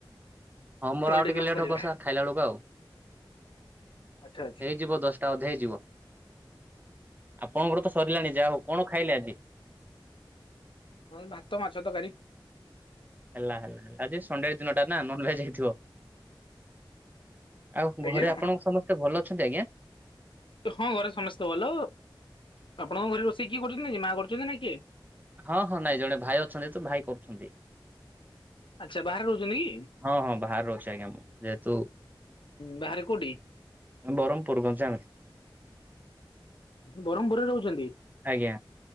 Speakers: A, on the right; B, on the left.
A: ହଁ ମୋର ଆଉ
B: ଡିନର
A: ଟିକେ ଲେଟ୍
B: କରିବା
A: ହବ ସାର୍ ଖାଇଲାବେଳୁକୁ ଆଉ
B: ଆଚ୍ଛା ଆଚ୍ଛା।
A: ଏଇଯିବ ଦଶ୍ ଟା ଅଧେ ହେଇଯିବ। ଆପଣଙ୍କର ତ ସରିଲାଣି ଯା ହଉ କଣ ଖାଇଲେ ଆଜି?
B: ମୁଁ ଭାତ ମାଛ ତରକାରୀ।
A: ହେଲା ହେଲା ହେଲା ଆଜି ସନ୍ ଡେ ଆଜି ଦିନଟା ନା ନନ୍ ଭେଜ୍ ହେଇଥିବ। ଆଉ
B: ଆଜ୍ଞା
A: ଘରେ ଆପଣଙ୍କ ସମସ୍ତେ ଭଲ ଅଛନ୍ତି ଆଜ୍ଞା।
B: ହଁ ଘରେ ସମେସ୍ତେ ଭଲ। ଆପଣଙ୍କ ଘରେ ରୋଷେଇ କିଏ କରୁଚନ୍ତି କି ମା କରୁଚନ୍ତି ନା କିଏ?
A: ହଁ ହଁ ନାଇଁ ଜଣେ ଭାଇ ଅଛନ୍ତି ତ ଭାଇ କରୁଛନ୍ତି।
B: ଆଚ୍ଛା ବାହାରେ ରହୁଛନ୍ତି କି?
A: ହଁ ହଁ ବାହାରେ ରହୁଛି ଆଜ୍ଞା ମୁଁ ଯେହେତୁ
B: ବାହାରେ କୋଉଠି
A: ଆମେ ବରମପୁର୍ ଗଞ୍ଜାମରେ।
B: ଆପଣ ବରହମପୁରେ ରହୁଛନ୍ତି।
A: ଆଜ୍ଞା